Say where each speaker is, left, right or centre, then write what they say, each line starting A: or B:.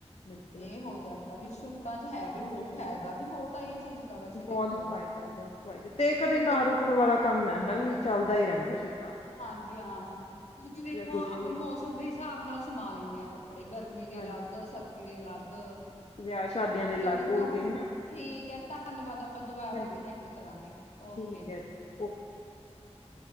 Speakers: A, on the left; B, on the left.
A: ਬਿਲਕੁਲ
B: ਇਹ ਹੋ ਜਾਂਦਾ ਵੀ ਸੁੂਟਾ ਚ ਏ ਵੀ ਬਹੁਤ ਫਾਇਦਾ ਵੀ ਬਹੁਤ ਆ ਇਹ ਚੀਜ਼ ਦਾ। ਵੈਸੇ
A: ਬਹੁਤ
B: ਦੇਖੋ
A: ਫਾਇਦਾ, ਬਹੁਤ ਫਾਇਦਾ ਤੇ
B: ਕਿਉਂਕਿ
A: ਕਦੇ ਨਾ
B: ਦੇਖੋ
A: ਰੁਕਣ ਵਾਲਾ ਕੰਮ ਏ ਹਨਾ ਵੀ ਚੱਲਦਾ ਹੀ ਰਹਿੰਦਾ ਸੂਟ।
B: ਹਾਂਜੀ ਹਾਂ। ਕਿਉਕਿ ਦੇਖੋ
A: ਕੁਛ
B: ਆਪਾਂ
A: ਵੀ
B: ਮੌਸਮ ਦੇ ਹਿਸਾਬ ਨਾਲ ਸਮਾ ਲੈਣੇ ਹਾਂ ਕੱਪੜੇ ਕੱਪੜੇ ਗਰਮੀ ਦੇ
A: ਹਾਂਜੀ
B: ਅਲੱਗ ਸਰਦੀ ਦੇ ਅਲੱਗ।
A: ਵਿਆਹ-ਸ਼ਾਦੀਆਂ ਦੇ ਅਲੱਗ
B: ਚਲੋ
A: ਹੋ
B: ਮੈਮ
A: ਗਏ ਹਨਾ।
B: ਠੀਕ ਏ। ਧੰਨਵਾਦ ਆਪਾਂ ਦੁਬਾਰਾ
A: ਹਾਂਜੀ
B: ਕਨੈਕਟ ਕਰਾਂਗੇ,
A: ਠੀਕ
B: ਓਕੇ ਜੀ।
A: ਹੈ ਓਕੇ
B: <unintelligible>